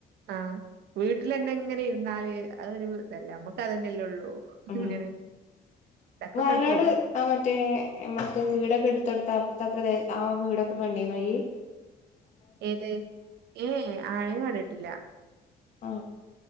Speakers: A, on the right (about 85°); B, on the left (about 45°).
A: ആ വീട്ടിൽന്നെ ഇങ്ങനെ ഇരുന്നാല് അതൊരു രസാഅല്ല നമ്മക്ക് അതന്നെയല്ല ഉള്ളൂ
B: ഉം
A: ഇങ്ങനെ ഇടക്കൊക്കെണ്ട്
B: വയനാട്
A: പോകും
B: ആ മറ്റേ മക്ക വീടൊക്കെ എടുത്ത് കൊടുത്താ എടുത്ത് ആ വീടൊക്കെ കണ്ടിനോ ഇയ്
A: ഏത് ഏ ഏ ആഴെ കണ്ടട്ടില്ല
B: ആ